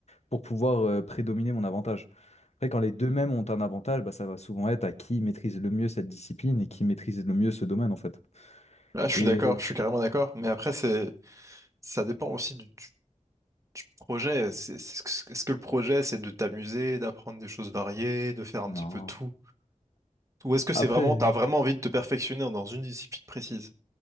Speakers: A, on the left; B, on the right.
A: pour pouvoir euh, prédominer mon avantage. Après, quand les deux mêmes ont un avantage, bah, ça va souvent être à qui maîtrise le mieux cette discipline et qui maîtrise le mieux ce domaine en fait.
B: Là, je suis
A: Et
B: d'accord, je suis carrément d'accord. Mais après, c'est, ça dépend aussi du, du projet. C'est, c'est- est-ce que le projet, c'est de t'amuser, d'apprendre des choses variées, de faire un
A: non.
B: petit peu tout? Ou est-ce que c'est
A: Après,
B: vraiment, t'as vraiment envie de te perfectionner dans une discipline précise?